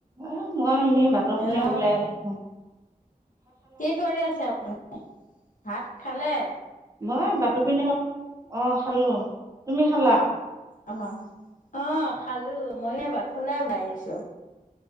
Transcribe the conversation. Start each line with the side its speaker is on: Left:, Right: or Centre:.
Right: অহ মই এনেই বাতৰ
Left: হেল্ল'
Right: পিনে ওলাই আহিলোঁ।
Left: কি কৰি আছে আপুনি? ভাত খালে?
Right: মই বাতৰ পিনে, অ খালোঁ, তুমি খালা?
Left: অ অ খালোঁ, মইয়ে বাটলে ওলাই আহিছোঁ।